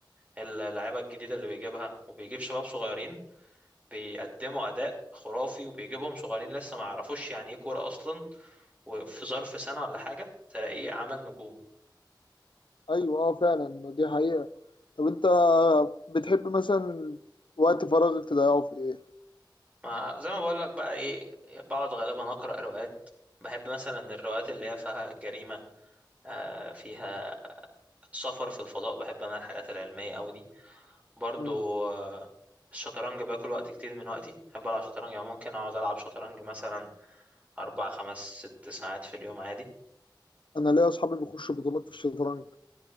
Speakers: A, on the right; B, on the left.
A: اللعيبة الجديدة اللي بيجيبها وبيجيب شباب صغيرين بيقدموا اداء خرافي وبيجيبهم صغيرين لسه ما يعرفوش يعني ايه كوره اصلا وفي ظرف سنه ولا حاجه تلاقيه عمل نجوم
B: ايوه اه فعلا دي حقيقة طب انت بتحب مثلا وقت فراغك تضيعه في ايه؟
A: ما زي ما بقول لك بقى ايه بقعد غالبا اقرا روايات بحب مثلا الروايات اللي هي فيها جريمه آه، فيها سفر في الفضاء بحب انا الحاجات العلميه أوي دي برضو
B: مم.
A: آه، الشطرنج باكل وقت كتير من وقتي بحب العب شطرنج يعني ممكن اقعد العب شطرنج مثلا اربع خمس ست ساعات في اليوم عادي
B: انا ليا اصحابي بيخشوا بطولات في الشطرنج